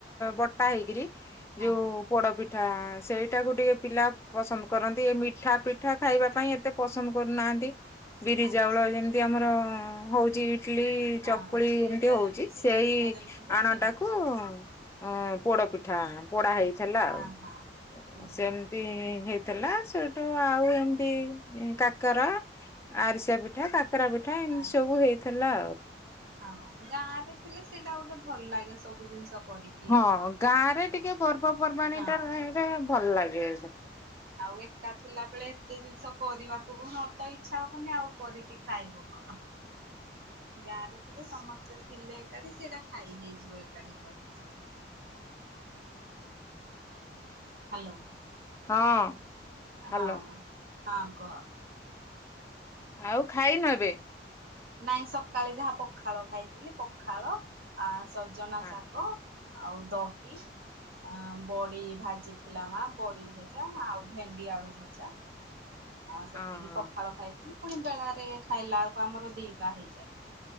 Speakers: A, on the left (about 15°); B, on the right (about 60°).
A: ବଟା ହେଇକିରି
B: ହଁ
A: ଯୋଉ ପୋଡ଼ ପିଠା ସେଇଟାକୁ ଟିକେ ପିଲା ପସନ୍ଦ କରନ୍ତି। ମିଠା, ପିଠା ଖାଇବା ପାଇଁ। କେତେ ପସନ୍ଦ କରୁନାହାନ୍ତି, ବିରି,
B: ଆଚ୍ଛା
A: ଚାଉଳ ଯେମିତି ଆମର ହଉଛି ଟଲି
B: ହଁ
A: ଚକୁଳି
B: ଇଟଲି
A: ଏମିତି
B: ହେରିକା
A: ହଉଛି
B: ଯେମିତି ସିଝା
A: ସେଇ
B: ପିଠା ଯେମିତି ହୁଏ
A: ଆଣଟାକୁ
B: ସେମିତି।
A: ହଁ ପୋଡ଼ ପିଠା ପୋଡ଼ା ହେଇଥିଲା
B: ହଁ
A: ଆଉ।
B: ହଁ ହୁଁ
A: ସେମ୍ ହେଇଥିଲା। ସେଠୁ ଆଉ ଏମତି କାକରା ଆରିସା ପିଠା, କାକରା ପିଠା ଏମିତି
B: ଆ
A: ସବୁ ହେଇଥିଲା।
B: ହଁ ଗାଁ ରେ ଥିଲେ ସେଇଟା ଗୋଟେ ଭଲ ଲାଗେ ସବୁ ଜିନିଷ କରି।
A: ହଁ ଗାଁରେ ଟିକେ ପର୍ବପର୍ବାଣୀ
B: ହଁ।
A: ଟା ରହିଲେ ଭଲଲାଗେ।
B: ଆଉ ଏକା ଥିଲା ବେଳେ ଏତେ ଜିନିଷ କରିବା ମ ତ ଇଚ୍ଛା ହବନି ଆଉ କରିକି ଖାଇବୁ କଣ? ଗାଁ ରେ ଥିଲେ ସମସ୍ତେ ଥିଲେ ଏକାଠି ସେଇଟା ଖାଇ ହେଇଯିବ ଏକାଠି କରିକି। ହ୍ୟାଲୋ
A: ହଁ
B: ହଁ
A: ହାଲୋ
B: ହଁ କୁହ।
A: ଆଉ ଖାଇନ ଏବେ।
B: ନାଇଁ ସକାଳେ ଯାହା ପଖାଳ ଖାଇଥିଲି, ପଖାଳ, ସଜନା
A: ହଁ
B: ଶାଗ ଆଉ ଦହି ଅ ବଡ଼ି ଭାଜିଥିଲା ମା ବଡ଼ି ଭଜା ଆଉ ଭେଣ୍ଡି ଆଳୁ ଭଜା। ଆ ସେତିକି
A: ହଁ
B: ପଖାଳ ଖାଇଥିଲି, ପୁଣି ବେଳାରେ ଖାଇଲା ବେଳକୁ ଆମର ଦିଟା ହେଇଯାଏ।